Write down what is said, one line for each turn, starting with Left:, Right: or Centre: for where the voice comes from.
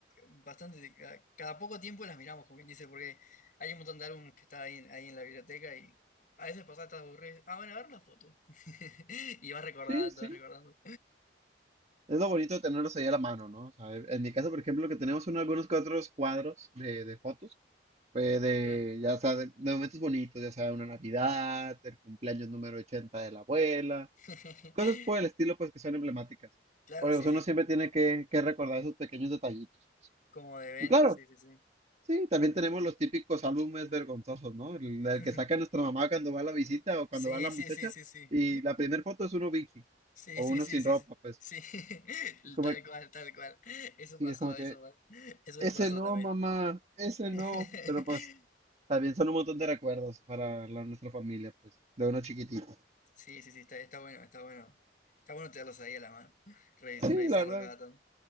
Left: bastante, cada, cada poco tiempo las miramos, como quien dice, porque hay un montón de álbumes que está ahí, en- ahí en la biblioteca y a veces pasás, estás aburrido. y dices, Ah, bueno, a ver la foto. <laughs> Y vas recordando,
Right: Sí, sí.
Left: vas recordando.
Right: Es lo bonito de tenerlos ahí a la mano, ¿no? O sea, en mi caso, por ejemplo, que tenemos unos- algunos que otros cuadros de, de fotos, pues de,
Left: Claro,
Right: ya sea, de, de momentos bonitos, ya sea una Navidad, el cumpleaños número 80 de la abuela,
Left: <laughs>
Right: Cosas por el estilo, pues que son emblemáticas.
Left: Claro,
Right: Porque
Left: sí,
Right: pues,
Left: sí.
Right: uno siempre tiene que, que recordar esos pequeños detallitos.
Left: Como de eventos,
Right: Y claro,
Left: sí, sí, sí.
Right: sí, también tenemos los típicos álbumes vergonzosos, ¿no? El, el
Left: <laughs>
Right: que saca nuestra mamá cuando va a la visita o cuando
Left: Sí,
Right: va la
Left: sí,
Right: muchacha
Left: sí, sí, sí.
Right: y la primera foto es uno bichi
Left: Sí,
Right: o
Left: sí,
Right: uno
Left: sí,
Right: sin
Left: sí,
Right: ropa,
Left: sí.
Right: pues
Left: Sí, <laughs>
Right: es como,
Left: tal cual, tal cual. Eso
Right: sí,
Left: pasó,
Right: es como
Left: eso,
Right: que,
Left: pa- eso
Right: ese
Left: me pasó
Right: no,
Left: también.
Right: mamá, ese
Left: <laughs>
Right: no. Pero pues también son un montón de recuerdos para la- nuestra familia, pues, de uno chiquitito.
Left: Sí, sí, sí, está, está bueno, está bueno. Está bueno tenerlos ahí a la mano, <laughs> revis-
Right: Sí,
Left: revisarlo
Right: la verdad,
Left: cada tanto.